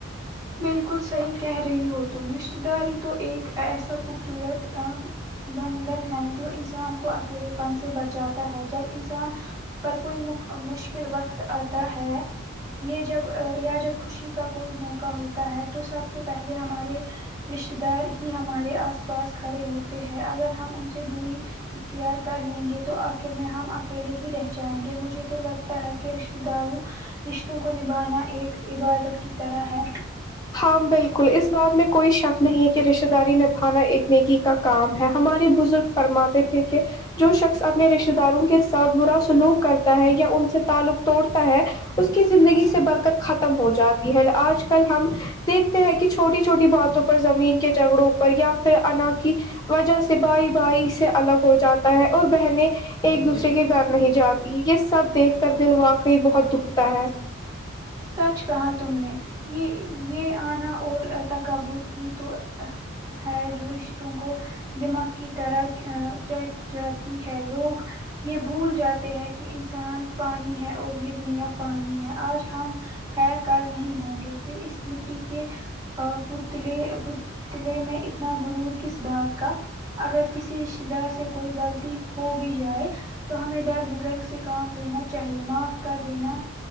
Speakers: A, on the right (about 15°); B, on the left (about 20°).
A: بالکل صحیح کہہ رہی ہو تم رشتہ داری تو ایک ایسا خوبصورت بندھن ہے جو انسان کو اکیلے پن سے بچاتا ہے جب انسان پر کوئی مشکل وقت اتا ہے یہ جب یا جب خوشی کا کوئی موقع ہوتا ہے تو سب سے پہلے ہمارے رشتے دار ہی ہمارے آس پاس کھڑے ہوتے ہیں اگر ہم ان سے دوری اختیار کر لیں گے تو آخر میں ہم اکیلے ہی رہ جائیں گے مجھے تو لگتا ہے کہ رشتے داروں رشتوں کو نبھانا ایک عبادت کی طرح ہے
B: ہاں بالکل اس بات میں کوئی شک نہیں ہے کہ رشتے داری نیبھانا ایک نیکی کا کام ہے ہمارے بزرگ فرماتے تھے کہ جو شخص اپنے رشتہ داروں کے ساتھ برا سلوک کرتا ہے یا ان سے تعلق توڑتا ہے اس کی زندگی سے برکت ختم ہو جاتی ہے اج کل ہم دیکتے ہیں کہ چھوٹی چھوٹی باتوں پر زمین کے جھگڑوں پر یا پھر انا کی وجہ سے بھائی بھائی سے الگ ہو جاتا ہے اور بہنیں ایک دوسرے کے گھر نہیں جاتی یہ سب دیکھ کر دل واقعی بہت دکھتا ہے
A: سچ کہا تم نے یہ یہ آنا اور تکبر کی تو ہے جو رشتوں کو دماغ کی طرح جڑ جاتی ہے لوگ یہ بھول جات ے ہیں کہ انسان فانی ہے اور یہ دنیا فانی ہے آج ہم ہے کل نہیں ہوں گے پھر اس مٹی کے پتلے پتلے میں اتنا غرور کس بات کا اگر کسی رش یدار سے کوئی غلطی ہو بھی جائے تو ہمیں در گزر سے کام لینا چاہیے معاف کردینا